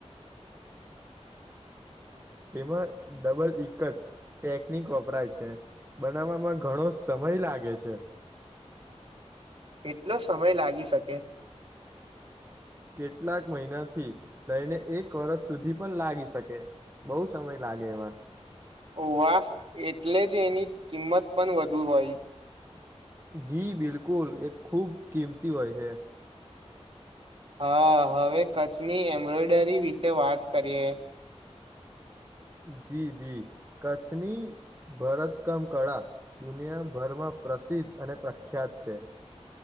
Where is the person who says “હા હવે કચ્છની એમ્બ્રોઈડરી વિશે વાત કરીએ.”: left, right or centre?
Right